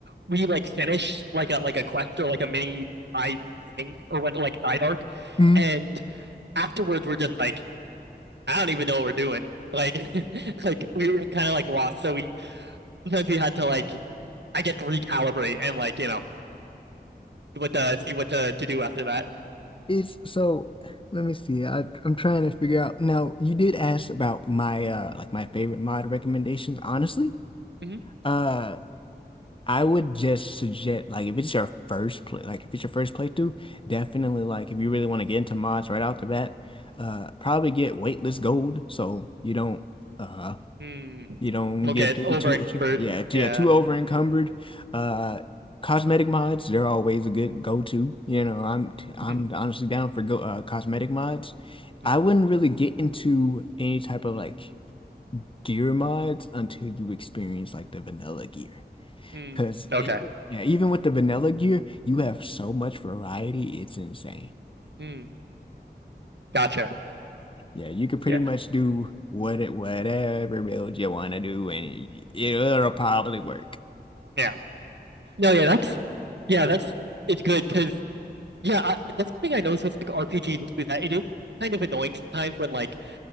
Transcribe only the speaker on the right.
we like finished like a like a quest or like a mini side thing or went like side arc,
and afterwards we're just like I don't even know what we're doing. Like <laughs> like we were kind of like lost, so we sometimes we had to like I guess recalibrate and like you know what to see what to to do after that.
Mhm.
Hmm.
You'll
get
over
encumbered.
Yeah.
Mm,
mm,
mm.
Okay.
Mm. Gotcha.
Yeah.
Yeah. No, yeah, that's yeah, that's it's good because yeah, I, that's something I noticed with like RPGs too, that it is kind of annoying sometimes when like